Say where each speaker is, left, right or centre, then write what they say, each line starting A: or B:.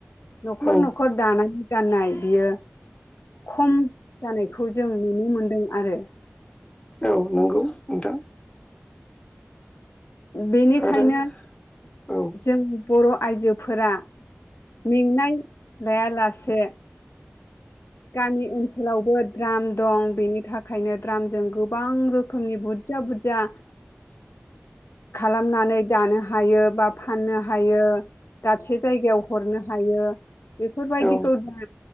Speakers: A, on the left; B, on the left.
A: न'खर
B: औ
A: न'खर दानानै गाननाय बियो खम जानायखौ जों नुनो मोनदों आरो।
B: औ नंगौ नोंथां।
A: बेनिखायनो
B: आरो औ
A: जों बर' आइजोफोरा मेंनाय लायालासे गामि ओनसोलावबो द्राम दं। बेनि थाखायनो द्रामजों गोबां रोखोमनि बुर जा बुजा
B: <inaudible>
A: खालामनानै दानो हायो बा फाननो हायो। दाबसे जायगायाव हरनो हायो बेफोरबायदिखौ
B: औ
A: दा